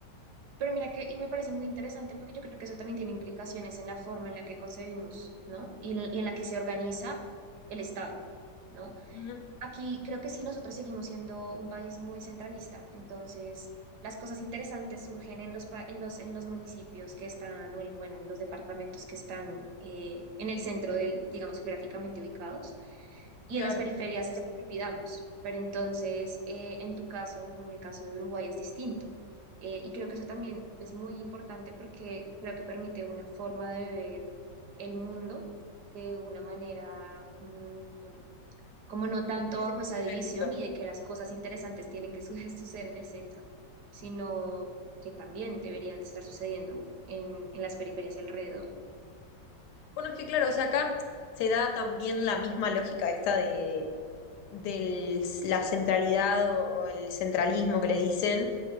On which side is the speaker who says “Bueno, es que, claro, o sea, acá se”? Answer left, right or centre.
Left